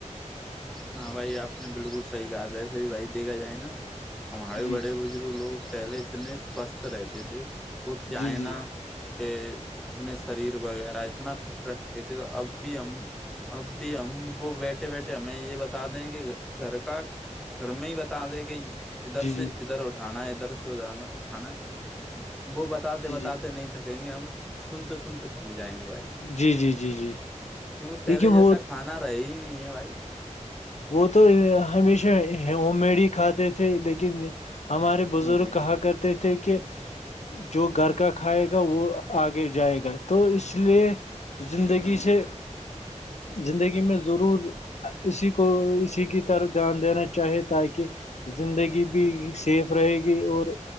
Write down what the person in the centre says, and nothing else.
ہاں بھائی آپ نے بالکل صحیح کہا ویسے بھی بھائی دیکھا جائے نا ہمارے
بڑے بزرگ لوگ پہلے اتنے سوستھ رہتے تھے وہ کیائنا
کہ اپنے شریر وغیرہ اتنا فٹ رکھتے تھے تو اب بھی ہم اب بھی ہم وہ بیٹھے بیٹھے ہمیں یہ ب دیں کہ گھر کا گھر میں ہی بتا دیں کہ ادھر
سے ادھر ادھر اٹھانا ہے ادھر سے ادھر اٹھانا ہے وہ بتاتے
بتاتے
نہیں تھکیں گے ہم سنتے سنتے تھک جائیں گے بھائی
کیونکہ پہلے
جیسا
کھانا رہے ہی نہیں ہے بھائی
جی